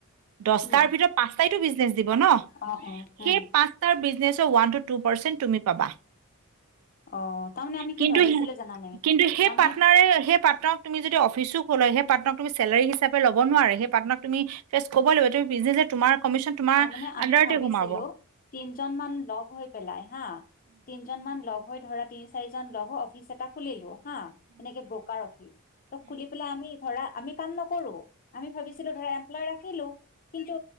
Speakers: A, on the right; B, on the left.
A: দটাৰ
B: উম
A: ভিতৰত পাঁচটাইো বিজনেচ দিব ন
B: অ অ
A: সেই
B: উম
A: পাঁচটাৰ বিজনেচৰ উৱান তো পাৰ্চেন্ট তুমি পাবা।
B: অ'- তাৰমানে আমি
A: কিন্তু
B: কি ভাবিছিলো জানানে
A: কিন্তু, সেই
B: তাৰমানে
A: পাৰ্টনাৰে সেই পাৰ্টনাৰক তুমি যদি অফিচো ক'লে সেই পাৰ্টনাৰক তুমি চেলাৰি হিচাপ ল'ব নোৱাৰে সেই পাৰ্টনাৰক তুমি কব লাগিব তোমাৰ কমিশ্যন তোমাৰ
B: তাৰমানে আমি
A: আণ্ডাৰতে
B: ভাবিছিলো
A: সোমাব
B: তিনজন মান লগ হৈ পেলাই হা তিনজন মান লগ হৈ ধৰাত তিনি চাৰিজন লগ হৈ অফিচ এটা খুলিলো। হা এনেকে ব্ৰকাৰ ৰাখি অফিচ খুলি পেলাই আমি ধৰা আমি কাম নকৰো আমি ভাবিছিলো ধৰা এমপ্লয় ৰাখিলো কিন্তু,